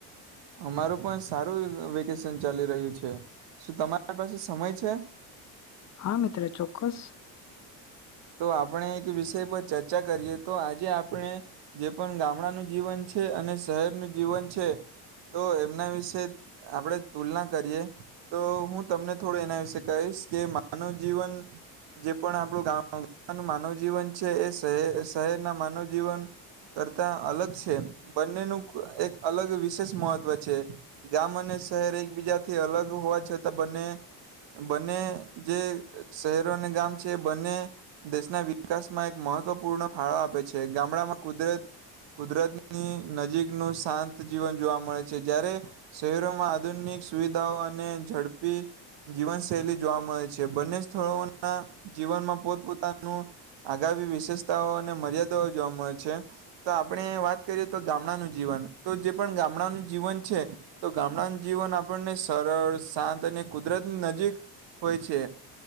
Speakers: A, on the right; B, on the left.
A: અમારું પણ સારું વેકેશન ચાલી રહ્યું છે શું તમારા પાસે સમય છે?
B: હા મિત્રો ચોક્કસ.
A: તો આપણે એક વિષય પર ચર્ચા કરીએ તો આજે આપણે જે પણ ગામડાનું જીવન છે અને શહેરનું જીવન છે તો એમના વિશે આપણે તુલના કરીએ તો હું તમને થોડું એના વિશે કહીશ કે માનવ જીવન જે પણ આપણું ગામ માનવ જીવન છે એ શહે શહેરના માનવ જીવન કરતા અલગ છે બંનેનું એક અલગ વિશેષ મહત્વ છે ગામ અને શહેર એકબીજાથી અલગ હોવા છતાં બંને બંને જે શહેરો અને ગામ છે બંને દેશના વિકાસમાં એક મહત્વપૂર્ણ ફાળો આપે છે ગામડામાં કુદરત કુદરતની નજીકનું શાંત જીવન જોવા મળે છે જ્યારે શહેરોમાં આધુનિક સુવિધાઓ અને ઝડપી જીવનશૈલી જોવા મળે છે બંને સ્થળોના જીવનમાં પો પોત આગામી વિશેષતાઓ અને મર્યાદાઓ જોવા મળે છે તો આપણે વાત કરીએ તો ગામડાનું જીવન તો જે પણ ગામડાનું જીવન છે તો ગામડાનું જીવન આપણને સરળ શાંત અને કુદરતની નજીક હોય છે